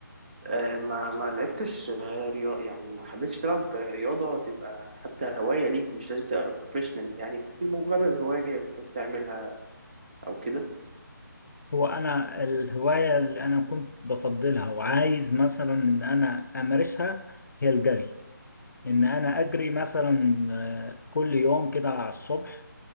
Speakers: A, on the right (about 30°); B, on the left (about 60°).
A: آه ما ما لعبتش رياضة يعني ما حبيتش تلعب رياضة تبقى حتى هواية ليك مش لازم تبقى بروفيشنال يعني بس مجرد هواية بتحب تعملها أو كده
B: هو انا الهوايه اللي انا كنت بفضلها وعايز مثلا ان انا امارسها هي الجري ان انا اجري مثلا آه، كل يوم كده على الصبح